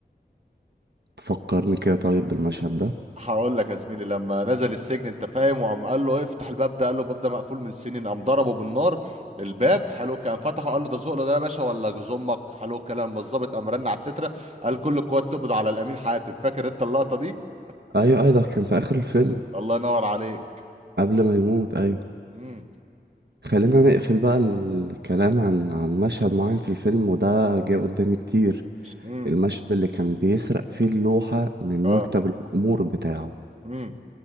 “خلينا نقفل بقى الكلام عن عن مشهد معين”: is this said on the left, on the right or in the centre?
Right